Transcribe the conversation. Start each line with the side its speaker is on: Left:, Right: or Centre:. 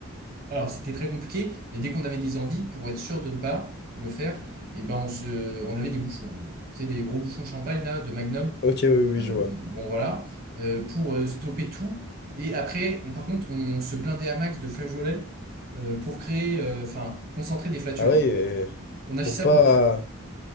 Right: alors, c'était très compliqué, mais dès qu'on avait des envies, pour être sûr de ne pas le faire, eh ben on se, on avait des bouchons. en gros. Tu sais, des gros bouchons de champagne, là, de Magnum.
Left: ok, oui, oui, oui,
Right: Euh,
Left: je vois.
Right: bon, voilà. Euh, pour euh, stopper tout. Et après, on- par contre, on se blindait à max de flageolets euh, pour créer, euh, enfin, concentrer des flatulences.
Left: Ah ouais, euh,
Right: On a
Left: pour
Right: fait ça
Left: pas,
Right: pendant.